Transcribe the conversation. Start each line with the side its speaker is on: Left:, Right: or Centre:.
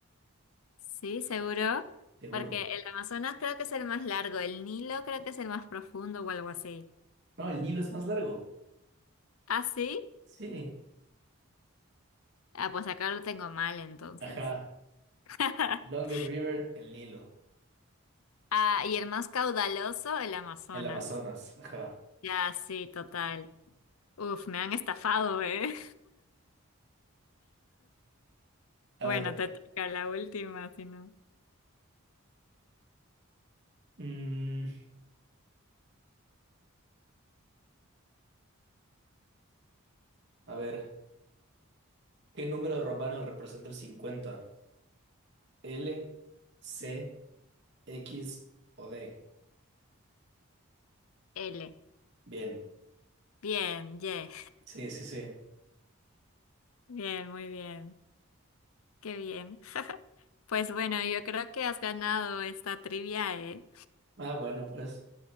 Left: Sí, seguro.
Right: Seguro.
Left: Porque el Amazonas creo que es el más largo, el Nilo creo que es el más profundo o algo así.
Right: No, el Nilo es más largo.
Left: ¿Ah, sí?
Right: Sí.
Left: Ah, pues acá lo tengo mal entonces.
Right: Ajá.
Left: <laughs>
Right: Longest River, el Nilo.
Left: Ah, y el más caudaloso, el Amazonas.
Right: El Amazonas. Ajá.
Left: Ya, sí, total. Uf, me han estafado, ¿eh?
Right: A
Left: Bueno,
Right: ver.
Left: te toca la última, si no.
Right: mm, A ver, ¿qué número romano representa el 50? ¿L, C, X o D?
Left: L.
Right: Bien,
Left: Bien, yeah.
Right: sí, sí, sí.
Left: Bien, muy bien. Qué bien. Pues bueno, yo creo que has ganado esta trivia, ¿eh?
Right: Ah, bueno, pues,